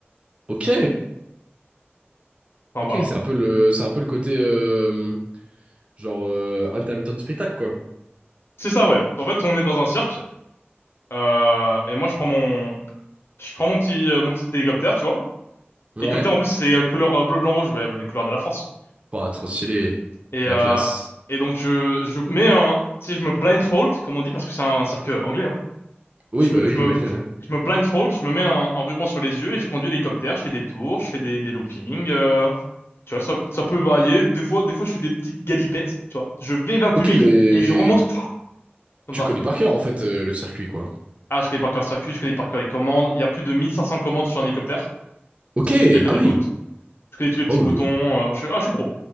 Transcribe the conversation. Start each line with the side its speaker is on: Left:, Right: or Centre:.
Right: Ok,
Left: Enfin
Right: ok,
Left: voilà.
Right: c'est un peu le, c'est un peu le côté euh, genre euh, intermittent du spectacle quoi.
Left: C'est ça ouais. En fait on est dans un cirque euh, et moi je prends mon je prends mon petit euh, mon petit hélicoptère tu vois.
Right: Ouais.
Left: Hélicoptère en plus c'est euh, couleur euh, bleu blanc rouge bah, les couleurs de la France.
Right: Pas trop stylé,
Left: Et,
Right: la
Left: euh,
Right: classe.
Left: et donc je, je mets un, tu sais, je me blindfold, comme on dit, parce que c'est un cirque anglais, hein.
Right: Oui,
Left: Je
Right: bah
Left: me,
Right: oui,
Left: je me,
Right: j'imagine.
Left: je,
Right: ouais.
Left: je me blindfold, je me mets un, un ruban sur les yeux et je conduis l'hélicoptère, je fais des tours, je fais des, des loopings, euh, tu vois, ça, ça peut varier. Des fois, des fois, je fais des petites galipettes, tu vois. Je vais vers le
Right: Ok,
Left: public
Right: mais
Left: et je remonte, <laughs> pff, comme
Right: tu
Left: ça.
Right: connais par cœur en fait euh, le circuit quoi.
Left: Ah, je connais par cœur le circuit, je connais par cœur les commandes. Il y a plus de 1500 commandes sur un hélicoptère.
Right: Ok,
Left: Je les connais
Right: ah oui.
Left: toutes. Je connais tous les petits
Right: Oh,
Left: boutons.
Right: oui, oui.
Left: euh, je, suis- ah, je suis pro.